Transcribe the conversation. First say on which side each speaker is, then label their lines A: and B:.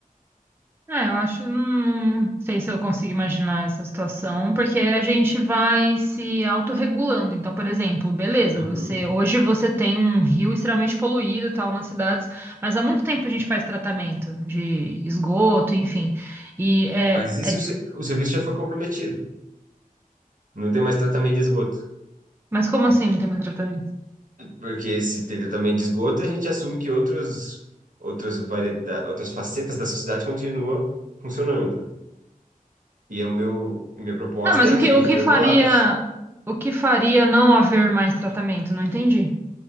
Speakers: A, on the right; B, on the right.
A: É, eu acho, hum, não sei se eu consigo imaginar essa situação, porque a gente vai se autorregulando. Então, por exemplo, beleza,
B: Uhum.
A: você hoje você tem um rio extremamente poluído e tal nas cidades, mas há muito tempo a gente faz tratamento de esgoto, enfim. E é,
B: Mas e
A: é
B: se o, se- o serviço já foi comprometido? Não tem mais tratamento de esgoto.
A: Mas como assim não tem mais tratamento?
B: Porque se tem tratamento de esgoto, a gente assume que outros, outras, variedades, outras facetas da sociedade continuam funcionando. E o meu, minha proposta
A: Não, mas
B: é
A: o
B: que
A: que, o
B: entrou
A: que faria,
B: em colapso.
A: o que faria não haver mais tratamento? Não entendi.